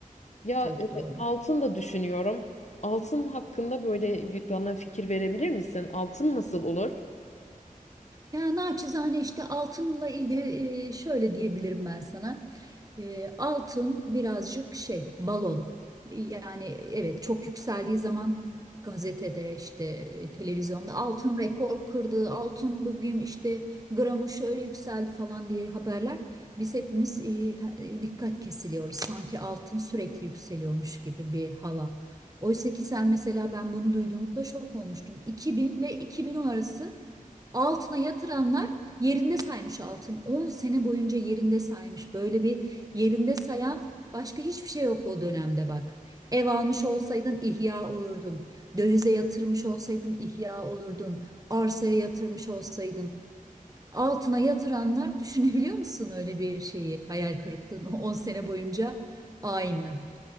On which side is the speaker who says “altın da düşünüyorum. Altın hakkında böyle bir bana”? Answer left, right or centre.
Left